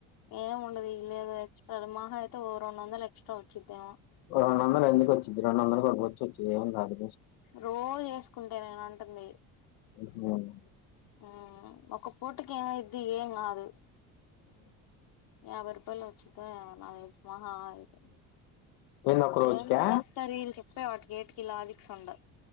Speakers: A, on the left (about 65°); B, on the left (about 85°).
A: ఏం ఉండదు ఇ ఆయితే ఓ రెండొందలు ఎక్స్ట్రా వచ్చిద్దేమో
B: ఓ రెండు వందలు ఎందుకి వచ్చిది రెండు వందలు కూడా బొచ్చు వచ్చేది ఏం రాదు
A: రోజు ఏసు కుంటేదైనా అంటుంది
B: మ్మ్
A: హ్మ్ ఒక పూట కేమైద్ది ఏం కాదు యాభై రూపాయలు వచ్చిందా మహా అయితే
B: ఏంది ఒక్క రోజుకా
A: ఏమి కాస్తారో వీళ్ళు చెప్పే వాటి గేట్ కి లాజిక్స్ ఉండవు